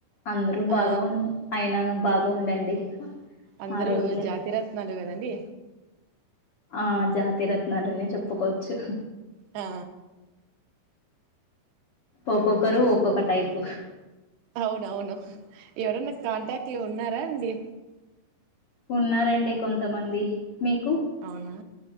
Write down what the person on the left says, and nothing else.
అందరూ
బాగా ఉన్ అయినా బాగా ఉండండి
ఆ రోజులే
ఆ జాతిీ రత్నాలనే చెప్ ఒప్పుకోచ్చు
ఒక్కొక్కరు ఒక్కొక్క టైప్
ఉన్నారండి కొంతమంది మీకు